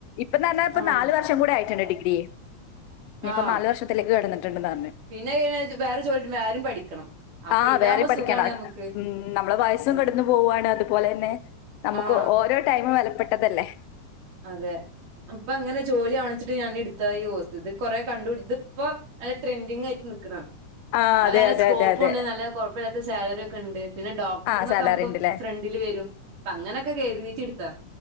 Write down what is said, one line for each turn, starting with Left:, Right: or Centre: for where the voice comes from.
Left: ഇപ്പന്നാപറഞ്ഞ ഇപ്പ
Right: ആഹ്
Left: നാല് വർഷം കൂടെ ആയിട്ടുണ്ട് ഡിഗ്രി ഇനി ഇപ്പൊ
Right: ആഹ്
Left: നാല് വർഷത്തിലേക്ക് കടന്നിട്ടുണ്ടന്ന് പറഞ്ഞ
Right: പിന്നെ അഹ്‌ കഴിഞ്ഞ വേറെ ചോലികിട്ടുബോ ആരും പഠിക്കണം അപ്പൊ
Left: ആഹ്
Right: ഇതാവുമ്പോ
Left: വേറിം പഠിക്കണം
Right: സുഖാണ് നമുക്ക്
Left: ഉം നമ്മളെ വയസ്സും
Right: ഉം
Left: കടന്നു പോവുണ് അതുപോലെ തന്നെ നമുക്ക്
Right: ആഹ്
Left: ഓരോ ടൈമും വെലപ്പെട്ടതല്ലേ
Right: അതെ അപ്പൊ അങ്ങനെ ജോലി കാണിച്ചിട്ട് ഞാൻ എടു <unintelligible> ഇത് കൊറെ കണ്ട്പിടി ഇതിപ്പോ നല്ല ട്രെൻഡിങ് ആയി നിക്കണണ്
Left: ആ
Right: അതാണല്ല
Left: അതെ അതെ
Right: സ്കോപ്പ്‌ണ്ട്
Left: അതെ അതെ
Right: നല്ല കൊ പ്പല്ലാത്ത സാലറിക്കെണ്ട്. പിന്നെ ഡോക്ടർ
Left: ആ
Right: ന്നൊക്കെ
Left: സാലറി
Right: നമുക്ക്
Left: ഉണ്ടല്ലേ
Right: ഫ്രണ്ടില് വരും. പ്പങ്ങനൊക്കെ കര്തീറ്റ് ട്ത്താ